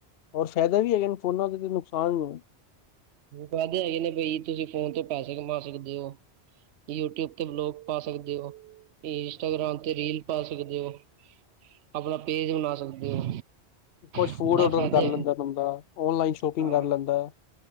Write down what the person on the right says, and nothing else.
ਕਹਦੇ ਹੈਗੇ ਨੇ ਬਈ, ਤੁਸੀਂ ਫੋਨ ਤੋਂ ਪੈਸੇ ਕਮਾ ਸਕਦੇ ਓ? ਯੂਟਿਊਬ ਤੇ ਵਲੋਗ ਪਾ ਸਕਦੇ ਹੋ ਇ-ਇੰਸਟਾਗ੍ਰਾਮ ਤੇ ਰੀਲ ਪਾ ਸਕਦੇ ਓ ਆਪਣਾ ਪੇਜ ਬਣਾ ਸਕਦੇ ਹੋ
ਇਹ
ਫਾਇਦੇ
ਹਾਂ।